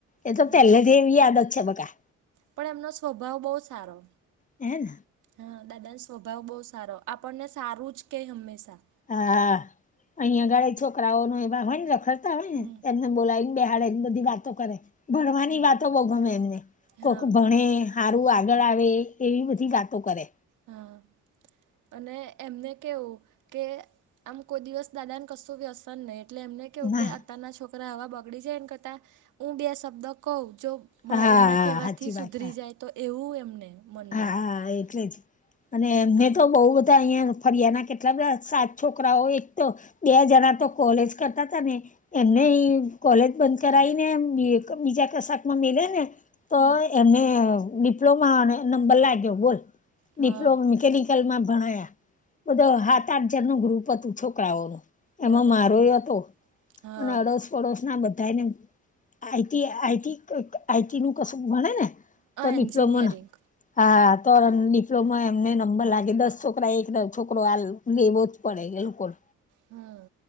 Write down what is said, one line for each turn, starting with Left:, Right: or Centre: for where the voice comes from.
Left: એ તો
Right: હમ
Left: પહેલેથી જ એવી આદત છેં બકા.
Right: પણ એમનો સ્વભાવ બહુ સારો.
Left: એન.
Right: હા દાદા સ્વભાવ બહુ સારો આપણને સારું જ કે હંમેશા.
Left: હા, અહીંયાગળ છોકરાઓ ન એ હોય ને રખડતા હોય
Right: હમ
Left: ને એમને બોલાવી બેહાડે એ બધી વાતો કરે, ભણવાની
Right: હમ
Left: વાતો બવ ગમે એને
Right: હા
Left: કોક ભણે. સારું આગળ આવે એવી બધી વાતો કરે.
Right: હા અને એમને કેવું કે આમ કોઈ દિવસ દાદાને કશું ભી અસર નહી એટલે એમને કેવ
Left: ના
Right: કે અત્યારના છોકરા એવા બગડી જાય એને કરતા, હું બે શબ્દ કવ જો
Left: હા
Right: એમના
Left: હા
Right: કહેવાથી
Left: સાચી
Right: સુધરી
Left: વાત હા
Right: જાય તો એવું એમને. મનમાં
Left: હા એટલે જ, અને
Right: હમ
Left: એમને તો બહ બધા અહિયા ફરિયાદ કેટલા બધાં સાત છોકરાઓ એક તો, બે જણા તો કોલેજ કરતા હતા ને. એમને કોલેજ બંધ કરાવીને બીજા કશાકમાં મેલે ને. તો
Right: હમ
Left: એમને ડિપ્લોમાને નંબર લાગ્યો બોલ, ડિપ્લોમા
Right: હા
Left: મિકેનિકલ માં ભણયા, બધા સાત આઠ જણ નું ગ્રુપ હતું છોકરાઓ.
Right: બરાબર
Left: એમાં મારોય હતો,
Right: હા
Left: અને અડસ પડોશ ના બધાને આઈટી આઈટી આઈટી નું કશું ભણે ને. <unintelligible>
Right: એન્જિનિયરિંગ
Left: હા તોર ડિપ્લોમા એમને નંબર લાગે દસ છોકરા એક છોકરો આલ લેવોજ પડે એ લોકોન,
Right: હમ